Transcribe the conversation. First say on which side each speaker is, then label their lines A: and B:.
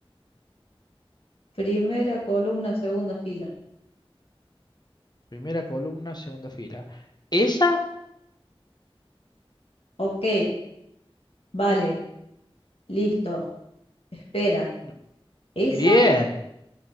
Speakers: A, on the left (about 75°); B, on the left (about 45°).
A: Primera columna, segunda fila.
B: Primera columna, segunda fila. ¿Esa?
A: Ok, vale, listo. Espera.
B: No.
A: ¿Esa?
B: Bien.